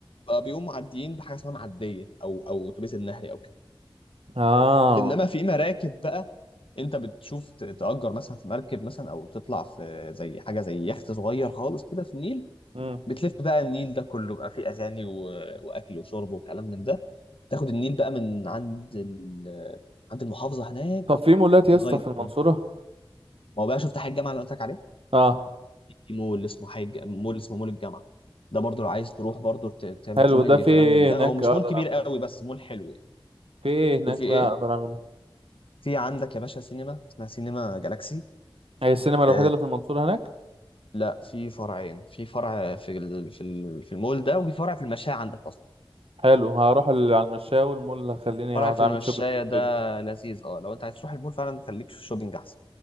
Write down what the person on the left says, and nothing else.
بقى بيقوموا معديين بحاجه اسمها معديه او او اتوبيس النهري او كده
انما في مراكب بقى انت بتشوف ت- تأجر مثلا في مركب مثلا او تطلع في زي حاجه زي يخت صغير خالص كده في النيل
بتلف بقى النيل ده كله بقى فيه اغاني و... واكل وشرب وكلام من ده تاخد النيل بقى من عند ال... عند المحافظه هناك
لغايه
ما هو بقى شفت حاجه الجامعه اللي قلت لك عليها
في مول اسمه حاج مول اسمه مول الجامعه ده برضو لو عايز تروح برضو ت- تعمل
شوبينج
كلام
من ده
هو مش
مول كبير
قوي بس مول حلو يعني
دول في
ايه
في عندك يا باشا سينما اسمها سينما جالاكسي
آه
لا في فرعين في فرع في ال... في ال... في المول ده وفي فرع في المشاية عندك اصلا
فرع
في
المشاية
ده لذيذ اه لو انت عايز تروح المول فعلا خليك في الشوبينج احسن